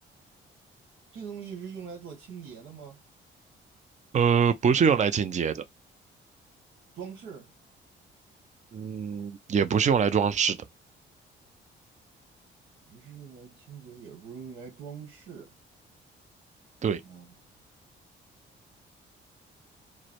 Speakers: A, on the right; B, on the right.
A: 这个东西是用来做清洁的吗？
B: 呃，不是用来清洁的。
A: 装饰？
B: 嗯，也不是用来装饰的。
A: 不是用来清洁，也不是用来装饰。
B: 对，
A: 嗯